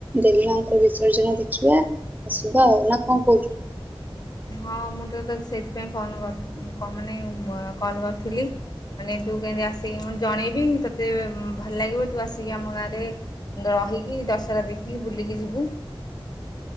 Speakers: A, on the right; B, on the left.
A: ଦେବୀ ମାଙ୍କର ବିସର୍ଜନ ଦେଖିବା। ଅସୁବିଧା ହଉ ନା କଣ କହୁଛୁ।
B: ହଁ ମୁଁ ତ ସେଇଥିପାଇଁ ଫୋନ ମାନେ କଲ୍ କରିଥିଲି ମାନେ ତୁ କେମିତି ଆସିକି ଜଣେଇବି ତୋତେ ଭଲ ଲାଗିବ ତୁ ଆସିକି ଆମ ଗାଁରେ ରହିକି ଦଶହରା ଦେଖିକି ବୁଲିକି ଯିବୁ।